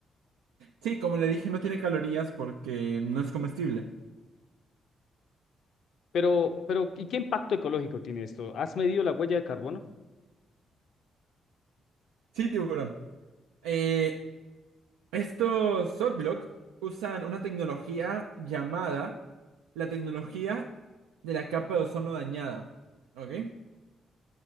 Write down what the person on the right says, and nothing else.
Sí, como le dije, no tiene calorías porque no es comestible.
Sí, tiburón. Eh, Estos Softlock usan una tecnología llamada la tecnología de la capa de ozono dañada. ¿Ok?